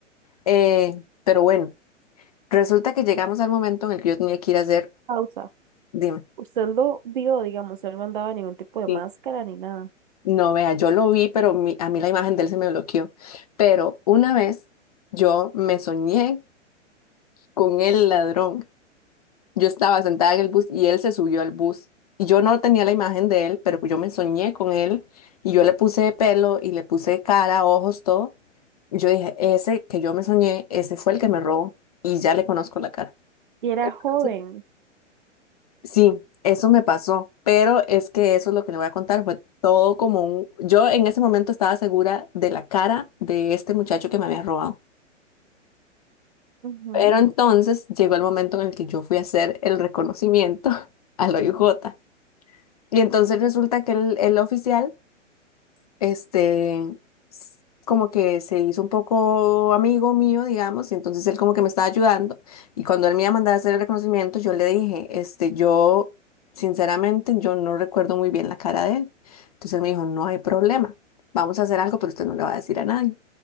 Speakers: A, on the left; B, on the right.
A: Eh, pero bueno, resulta que llegamos al momento en el que yo tenía que ir a hacer,
B: pausa.
A: dime.
B: Usted lo vio, digamos, él no andaba ningún tipo de
A: Sí.
B: máscara ni nada.
A: No, vea, yo lo vi, pero mi- a mí la imagen de él se me bloqueó. Pero una vez yo me soñé con el ladrón. Yo estaba sentada en el bus y él se subió al bus. Y yo no tenía la imagen de él, pero yo me soñé con él y yo le puse pelo y le puse cara, ojos, todo. Y yo dije, ese que yo me soñé, ese fue el que me robó y ya le conozco la cara.
B: Y era
A: Entonces,
B: joven.
A: Sí, eso me pasó, pero es que eso es lo que le voy a contar, fue todo como un... Yo en ese momento estaba segura de la cara de este muchacho que me había robado,
B: Ujú.
A: pero entonces llegó el momento en el que yo fui a hacer el reconocimiento <laughs> al OIJ Y entonces resulta que el, el oficial, este, s- como que se hizo un poco amigo mío, digamos, y entonces él como que me estaba ayudando. Y cuando él me iba a mandar a hacer el reconocimiento, yo le dije, este, yo, sinceramente, yo no recuerdo muy bien la cara de él. Entonces él me dijo, no hay problema, vamos a hacer algo, pero usted no le va a decir a nadie.